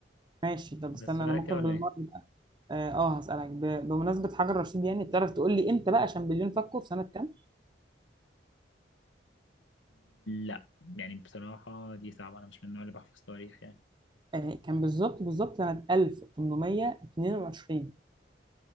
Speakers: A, on the right; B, on the left.
A: ماشي طب
B: بس
A: استنى
B: سؤالك
A: انا ممكن
B: كده ولا
A: بالمره
B: ايه
A: بقى اه آه، هسالك ب- بمناسبه حجر رشيد يعني تعرف تقول لي امتى بقى شامبليون فكه في سنه كام؟
B: لا يعني بصراحه دي صعبه انا مش من النوع اللي بحفظ تاريخ يعني
A: آه كان بالظبط بالظبط سنه 1822